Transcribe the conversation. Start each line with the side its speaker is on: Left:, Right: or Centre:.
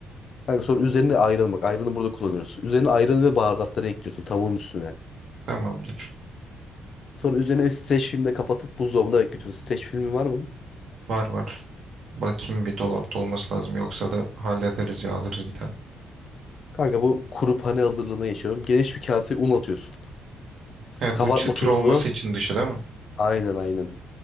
Left: Kanka sonra üzerine ayran bak. Ayranı burada kullanıyorsun. Üzerine ayranı ve baharatları ekliyorsun tavuğun üstüne.
Right: Tamamdır.
Left: Sonra üzerine bir streç filmle kapatıp buzdolabında bekletiyorsun. Streç filmi var mı?
Right: Var var. Bakayım bir dolapta olması lazım. Yoksa da hallederiz ya alırız bir tane.
Left: Kanka bu kuru pane hazırlığına geçiyorum. Geniş bir kaseye un atıyorsun.
Right: He,
Left: Kabartma
Right: bu çıtır
Left: tozunu
Right: olması için dışı değil mi?
Left: aynen aynen.